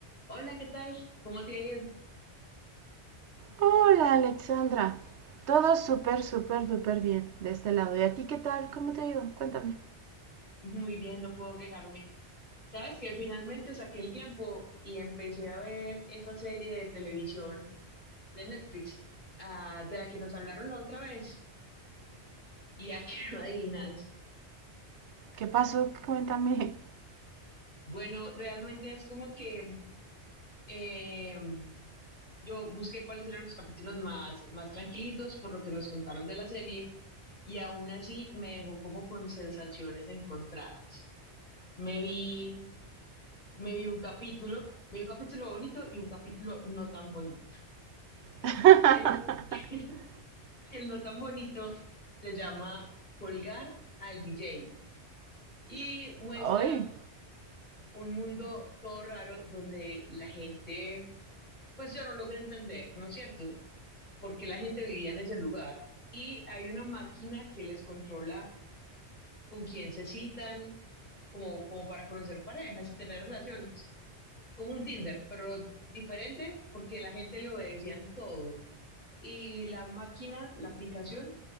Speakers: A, on the left (about 40°); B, on the right (about 75°).
A: Hola, ¿qué tal? ¿Cómo te ha ido?
B: Hola Alexandra, todo súper, súper, súper bien de este lado. ¿Y a ti qué tal? ¿Cómo te ha ido? Cuéntame.
A: Muy bien, no puedo quejarme. Sabes que finalmente saqué el tiempo y empecé a ver esa serie de televisión de Netflix, ah, de la que nos hablaron la otra vez y a que <laughs> no adivinas.
B: ¿Qué pasó? Cuéntame.
A: Bueno, realmente es como que eh, yo busqué cuáles eran los capítulos más, más tranquilitos por lo que nos contaron de la serie y aún así me dejó como con sensaciones encontradas. Me vi Me vi un capítulo, me vi un capítulo bonito y un capítulo no tan bonito.
B: <laughs>
A: El no, <laughs> el no tan bonito se llama Colgar al DJ y muestra
B: Hoy.
A: un mundo todo raro donde la gente, pues yo no logré entender, ¿no es cierto? Porque la gente vivía en ese lugar y hay una máquina que les controla con quién se citan, como, como para conocer parejas y tener relaciones, como un Tinder, pero diferente porque la gente le obedecían todo. y la máquina, la aplicación,